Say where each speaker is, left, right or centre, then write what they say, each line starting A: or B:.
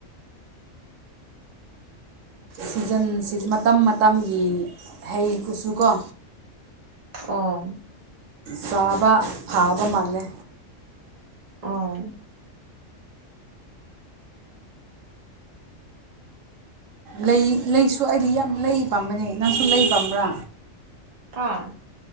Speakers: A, on the right; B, on the right.
A: ꯁꯤꯖꯟ ꯁꯤ ꯃꯇꯝ ꯃꯇꯝꯒꯤ ꯍꯩ ꯀꯨꯁꯨ ꯀꯣ
B: ꯑꯣ
A: ꯆꯥꯕ ꯐꯥꯕ ꯃꯥꯜꯂꯦ
B: ꯑꯥ
A: ꯂꯩ ꯂꯩꯁꯨ ꯑꯩꯗꯤ ꯌꯥꯝ ꯂꯩ ꯄꯥꯝꯕꯅꯦ ꯅꯪꯁꯨ ꯂꯩ ꯄꯥꯝꯕ꯭ꯔꯥ
B: ꯇ